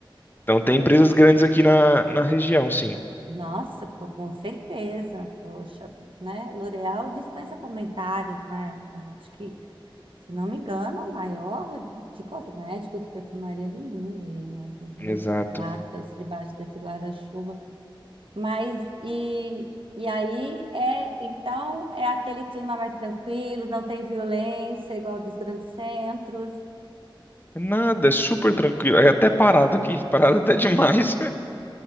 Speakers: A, on the left; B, on the right.
A: Então tem empresas grandes aqui na, na região, sim.
B: Nossa, pô, com certeza, poxa, né? L'Oréal dispensa comentários, né? Eu Acho que, se não me engano, é o maior de cosméticos e perfumaria do mundo aí, né? Tem muitas
A: Exato.
B: marcas debaixo desse guarda-chuva. Mas e, e aí é, então é aquele clima mais tranquilo, não tem violência igual dos grandes centros.
A: Nada, é super tranquilo. É até parado aqui, <laughs> parado até demais.